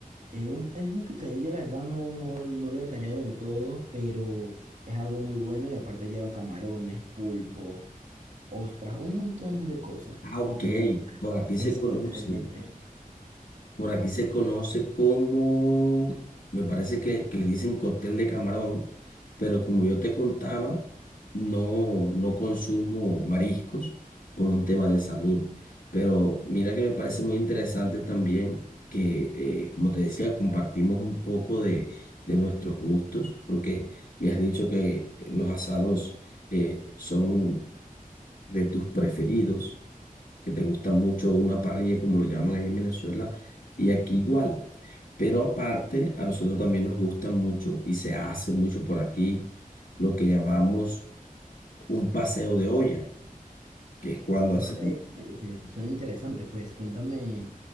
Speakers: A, on the right; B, on the left.
A: eh, un- es un picadillo, la verdad no, no, no lo he detallado del todo, pero es algo muy bueno y aparte lleva camarones, pulpo, ostras, un montón de cosas.
B: Ah, ok,
A: Y pues la verdad
B: por aquí
A: es
B: se conoce.
A: excelente.
B: Por aquí se conoce como, me parece que, que le dicen cóctel de camarón, pero como yo te contaba, no, no consumo mariscos por un tema de salud. Pero mira que me parece muy interesante también que, eh, como te decía, compartimos un poco de, de nuestros gustos, porque me has dicho que los asados eh, son de tus preferidos que te gusta mucho una parrilla, como lo llaman ahí en Venezuela, y aquí igual. Pero aparte, a nosotros también nos gusta mucho y se hace mucho por aquí lo que llamamos un paseo de olla, que es cuando hacemos,
A: Vale, eh, eh, Suena interesante, pues cuéntame